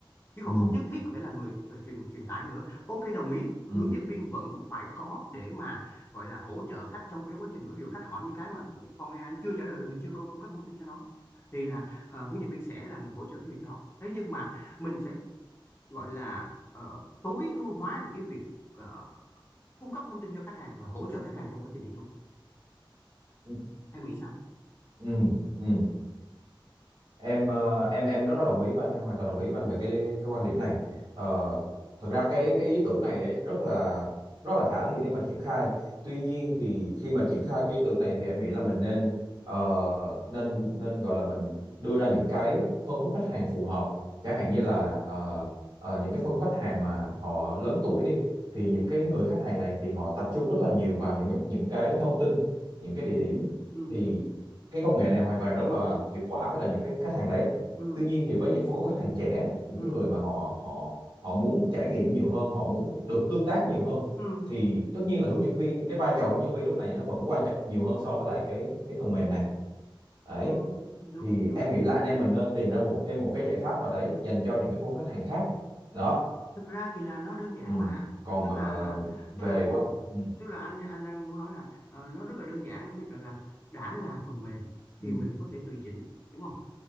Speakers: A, on the left; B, on the right.
A: chứ còn
B: ừ
A: không nhất thiết phải là người ờ, truyền truyền tải nữa. Ok đồng ý hướng
B: ừ
A: dẫn viên vẫn phải có để mà gọi là hỗ trợ khách trong cái quá trình ví dụ khách hỏi những cái mà ừ, con AI nó chưa trả lời rồi mình chưa có cung cấp thông tin cho nó thì là ờ, hướng dẫn viên sẽ là người hỗ trợ cái việc đó. Thế nhưng mà mình sẽ gọi là ờ, tối ưu hóa được cái việc ờ, cung cấp thông tin cho khách hàng và hỗ trợ khách hàng trong quá trình đi tour.
B: ừ
A: Em nghĩ sao?
B: ừ ừ em ờ, em em rất là đồng ý với anh anh hoàn toàn đồng ý với anh về cái cái quan điểm này Ờ, thật ra cái cái ý tưởng này ấy, rất là rất là khả thi để mà triển khai tuy nhiên thì khi mà triển khai cái ý tưởng này thì em nghĩ là mình nên ờ, nên nên gọi là mình đưa ra những cái phân khúc khách hàng phù hợp chẳng hạn như là ờ, ờ, những cái phân khúc khách hàng mà họ lớn tuổi đi thì
A: ừ,
B: những cái người khách hàng này thì họ tập trung rất là nhiều vào những cái- những cái thông tin những cái địa điểm
A: ừ, Ừ,
B: thì cái công nghệ này hoàn toàn rất là hiệu quả với là những cái khách hàng đấy
A: ừ,
B: tuy nhiên thì với những phân khúc khách hàng trẻ những
A: ừ,
B: cái người mà họ họ họ muốn trải nghiệm nhiều hơn họ muốn được tương tác nhiều hơn
A: ừ.
B: thì tất nhiên là hướng dẫn viên cái vai trò hướng dẫn viên lúc này nó vẫn quan trọng nhiều hơn so với lại cái cái phần mềm này đấy
A: Ừ, đúng
B: thì
A: đúng
B: em nghĩ là anh em mình nên tìm ra một thêm một cái giải pháp nào đấy dành cho những cái phố khách hàng khác đó
A: thực ra thì là nó đơn giản
B: ừ.
A: mà
B: còn
A: tức
B: ờ,
A: là
B: về
A: tức là
B: quanh ừ.
A: tức là anh anh đang muốn nói là ờ, nó rất là đơn giản ở việc rằng là đã là phần mềm thì
B: Ừ.
A: mình có thể tùy chỉnh đúng không